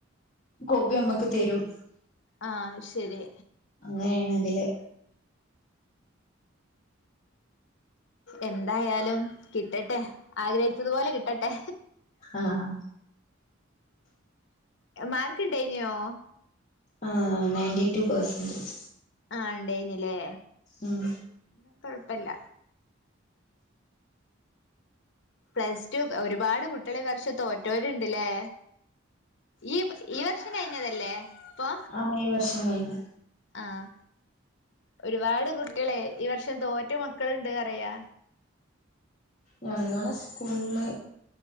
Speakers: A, on the left (about 40°); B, on the left (about 65°).
A: കോപ്പി നമ്മുക്ക് തരും
B: ആ ഹ്ശരി.
A: അങ്ങനെയാണ് ഇതില്
B: എന്തായാലും കിട്ടട്ടെ. ആഗ്രഹിച്ചതുപോലെ കിട്ടട്ടെ.
A: ആഹ്
B: ഉം മാർക്കുണ്ടായിനോ?
A: ആ നയന്റ്റി ടു പെർസെന്റേജ്
B: ആഹ് ഉണ്ടായിഞ്ഞില്ലേ
A: ഉം
B: പിന്ന കൊഴപ്പില്ല പ്ലസ് ടു ഒരുപാട് കുട്ടികളി വർഷ തോറ്റോരുണ്ടില്ലേ ഈ ഈ വർഷം കഴിഞ്ഞതല്ലേ ഇപ്പൊ
A: ആഹ്. ഈ വർഷംകഴിഞ്ഞ്.
B: ആഹ് ഒരുപാട് കുട്ടിളെ ഈ വർഷം തോറ്റ മക്കള്ണ്ട് പറയാ.
A: ഞങ്ങളെ സ്കൂളള്